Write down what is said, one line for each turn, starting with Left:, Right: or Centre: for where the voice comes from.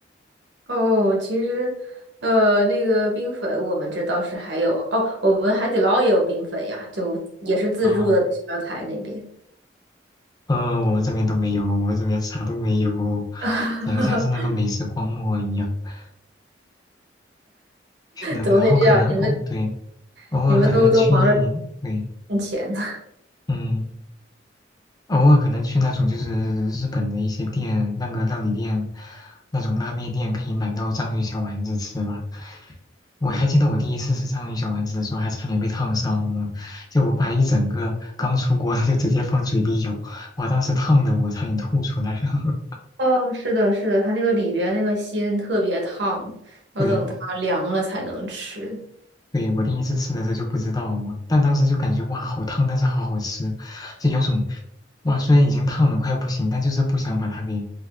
Right: 哦，其实，呃，那个冰粉我们这倒是还有哦，我们海底捞也有冰粉呀，就也是自助的，
Left: 啊。
Right: 在小料台那边。
Left: 嗯、呃我们这边都没有，我们这边啥都没有，
Right: <laughs>
Left: 感觉像是那个美食荒漠一样。<laughs> 嗯，
Right: 怎么会这样？
Left: 然后可能哦，
Right: 你们
Left: 对，偶尔可能去，
Right: 你们都都忙着
Left: 对，
Right: 挣钱。<laughs>
Left: 嗯。偶尔可能去那种就是日本的一些店，那个料理店，那种拉面店可以买到章鱼小丸子吃吧。我还记得我第一次吃章鱼小丸子的时候，还差点被烫伤了，就我把一整个刚出锅的就直接放嘴里咬，哇，当时烫的我差点吐出来。了。
Right: 哦，是的，是的，它那个里边那个心特别烫，要等它凉了才能吃。
Left: <laughs> 对，对，我第一次吃的时候就不知道嘛，但当时就感觉哇，好烫，但是好好吃，就有种哇，虽然已经烫的快不行，但就是不想把它给，